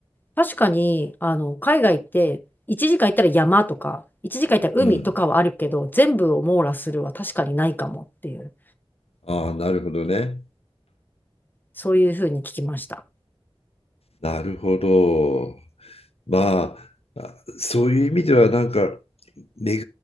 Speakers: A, on the left; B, on the left.
A: 確かに、あの、海外って1時間行ったら山とか、1時間行ったら海とかはあるけど、
B: うん。
A: 全部を網羅するは確かにないかもっていう。
B: ああ、なるほどね。
A: そういうふうに聞きました。
B: なるほど。まあ、あそういう意味ではなんか恵、